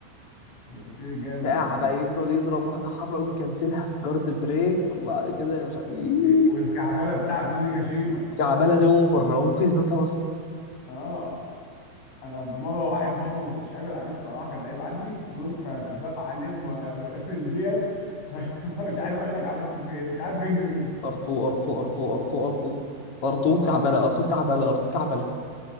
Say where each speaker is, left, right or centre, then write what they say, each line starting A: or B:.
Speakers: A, on the left (about 70°); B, on the left (about 45°).
A: هيتوكيري جامد
B: ساعة
A: برضه
B: بقى يفضل يضرب واحدة حمراء يقوم يكنسلها في جارد بريك وبعد كده مش عارف إيه.
A: و- والكعبله بتاعته دي غشيمه
B: كعبالة دي اوفر هو ممكن يسبان فيها اصلا
A: اه انا في مره واحد برضه ما كنتش قادر عليه الصراحه كان لعيب عني فضلت اسباب عليه ما- ما- من ديت <laughs> مش عايز اقول لك عملت فيه ايه مش عارف يجري مني
B: ار2 ار2 ار2 ار2 ار2 ار2
A: اه
B: كعبالة ار2 كعبالة ار2 كعبالة